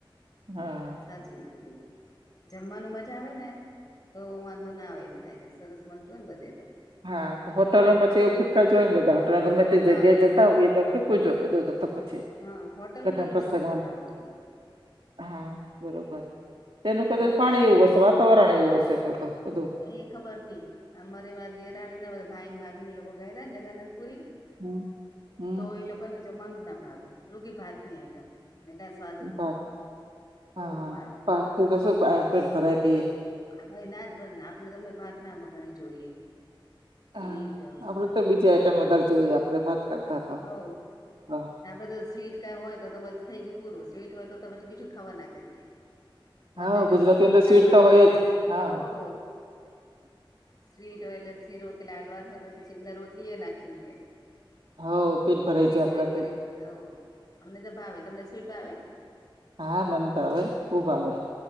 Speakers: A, on the right; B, on the left.
A: હા હા
B: <unintelligible> જમવાનું મજા આવે ને તો વાંધો ના આવે એમ થાય કે સરસ મલતું હોય ને બધે તો.
A: હા. તો હોટલમાં પછી એવું ફિક્કા જ હોયને બધા હોટલમાં ગમે તે
B: હા
A: જગ્યાએ જતાં
B: કે
A: હોય એ તો ફીક્કૂ જ હોય બધું તો પછી
B: હા હોટલમાંય
A: લગ્ન પ્રસંગમાં
B: એવું સરસ ના <inaudible>
A: હા બરોબર. ત્યાંનું કદાચ
B: અમારે
A: પાણી
B: તો એમ
A: એવું હશે વાતાવરણ એવું હશે તો તો બધું
B: એ ખબર ની. અમારે વા દેરાણીના ભાઈ ન ભાભી ને એ લોકો ગયાતા ને જગન્નાથ પુરી
A: હમ હમ
B: તો એ લોકોને જમવાનું જ ના ભાવ્યું. રૂગી ભાતની આઈટમ ને કાઇ સ્વાદ જ
A: ભાત
B: નહી.
A: હા
B: હવ
A: હા,
B: ભાત
A: ભાતથી તો શુ થાય? પેટ ભરાઈ બે
B: હવે ના જ ભરાયને. આપણે તો ઓમય ભાત <unintelligible> જોઈએ. તેવી
A: હા
B: જ <unintelligible> હવે
A: આપડે તો બીજી આઈટમ
B: બરોબર
A: વધારે જોઈએ આપડે ભાત કરતા તો
B: હવ
A: હા
B: આપડે તો સ્વીટ કાઈ હોય તો તો પછી થઈ ગ્યું પૂરું. સ્વીટ હોય તો પછી બીજું ખાવા ના કરીએ. મન
A: હા,
B: તે જો
A: ગુજરાતી
B: શીરો
A: અંદર
B: કે લાડવા
A: સ્વીટ તો
B: કૈંક હોય.
A: જ હા
B: હોવ સ્વીટ હોય એટલે શીરો કે લાડવા હોય તો પછી એમ થાર રોટલીયે ના ખઈએ.
A: હવ પેટ ભરાય
B: એનથી
A: જાય
B: જ
A: આપડાથી
B: પેટ ભરી લો હાઓ. અમને તો ભાવે. તમને સ્વીટ ભાવે?
A: હા. મન ભાવે ન‌. બો ભાવે